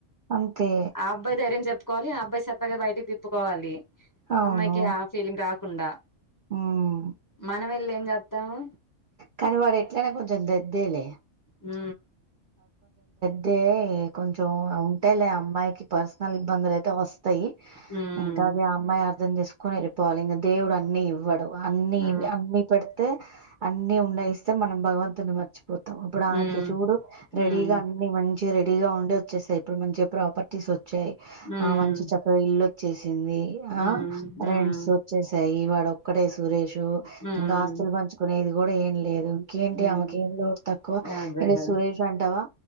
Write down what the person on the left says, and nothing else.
ఆ అబ్బాయి ధైర్యం చెప్ ప్పుకోలి ఆ అబ్బాయి సరదాగా బయటికి తిప్పుకోవాలి
అమ్మాయికి ఆ ఫీలింగ్ రాకుండా
మనం వెళ్ళి ఏం చేత్తాము
ఉ
మ్మ్
ఆ
మ్మ్
మ్మ్
మ్మ్
మ్మ్
మ్మ్
మ్మ్
మ్మ్
అదే
కదా